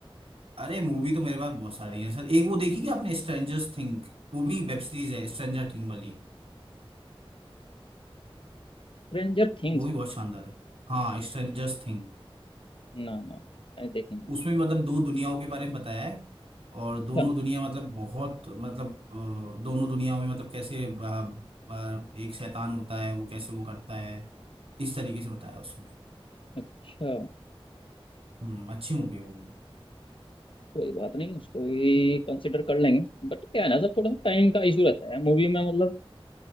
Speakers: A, on the right; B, on the left.
A: अरे मूवी तो मेरे पास बहुत सारी है सर एक वो देखी क्या आपने स्ट्रेंजर्स थिंग वो भी वेब सीरीज है स्ट्रेंजर थिंग वाली
B: Stranger things
A: वो भी बहुत शानदार है हाँ स्ट्रेंजर्स थिंग
B: ना ना अरे देखेंगे
A: उसमें भी मतलब दो दुनियाओं के बारे में बताया है और
B: अच्छा
A: दोनों दुनिया मतलब बहुत मतलब अ, दोनों दुनियाओं में मतलब कैसे अ, अ, एक शैतान होता है वो कैसे वो करता है इस तरीके से बताया है उसमें
B: अच्छा
A: हम्म अच्छी मूवी है वो भी
B: कोई बात नहीं उसको भी कंसिडर कर लेंगे बट क्या है ना सर थोड़ा सा टाइम का इशू रहता है मूवी में मतलब